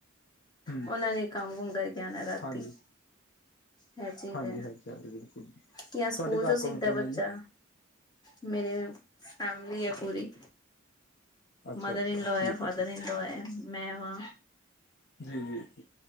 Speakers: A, on the left; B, on the left.
A: ਹਮ
B: ਉਹਨਾਂ ਨੇ ਕੰਮ-ਕੁਮ ਕਰਕੇ ਆਣਾ ਰਾਤੀ।
A: ਹਾਂਜੀ
B: ਇਹ ਚੀਜ਼
A: ਹਾਂਜੀ
B: ਏ
A: ਹਾਂਜੀ ਹਾਂਜੀ ਬਿਲਕੁਲ ਜੀ
B: ਜਾਂ
A: ਤੁਹਾਡੇ
B: ਸਕੂਲ
A: ਘਰ
B: ਸਿੱਖਦਾ
A: ਕੌਣ ਕੌਣ ਹੈ
B: ਬੱਚਾ।
A: ਜੀ
B: ਮੇਰੇ ਫੈਮਲੀ ਏ ਪੂਰੀ।
A: ਅੱਛਾ
B: ਮਦਰ
A: ਅੱਛਾ
B: ਇਨ ਲੋਅ
A: ਠੀਕ
B: ਏ, ਫਾਦਰ
A: ਹੈ ਠੀਕ
B: ਇਨ ਲੋਅ ਏ, ਮੈਂ ਵਾਂ।
A: ਨਹੀਂ-ਨਹੀਂ।